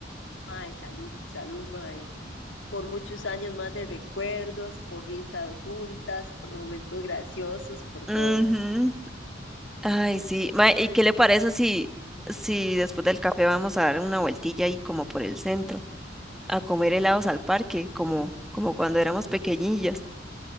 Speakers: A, on the left; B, in the centre.
A: Mae, salud, salud, mae. Por muchos años más de recuerdos, por risas juntas, por momentos graciosos, por
B: Ujú.
A: todo.
B: Ay, sí. Mae, ¿y qué le parece si, si después del café vamos a dar una vueltilla ahí como por el centro, a comer helados al parque, como, como cuando éramos pequeñillas?